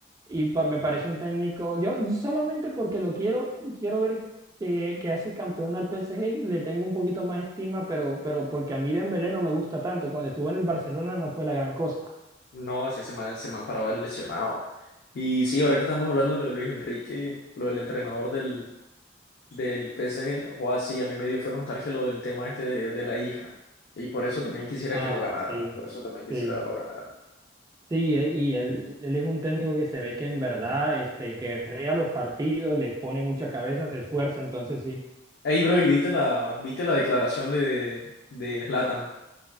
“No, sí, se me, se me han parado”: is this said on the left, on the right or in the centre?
Left